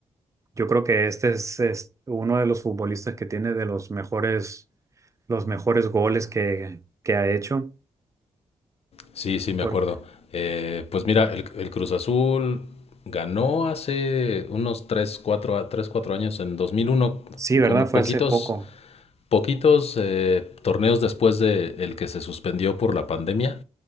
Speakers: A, on the right; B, on the left.
A: Yo creo que este es, es uno de los futbolistas que tiene de los mejores, los mejores goles que, que ha hecho.
B: Sí, sí, me
A: Por,
B: acuerdo. Eh, pues mira, el, el Cruz Azul ganó hace unos 3, 4, 3, 4 años, en 2001,
A: sí, ¿verdad?
B: como
A: Fue
B: poquitos
A: hace poco.
B: poquitos eh, torneos después de el que se suspendió por la pandemia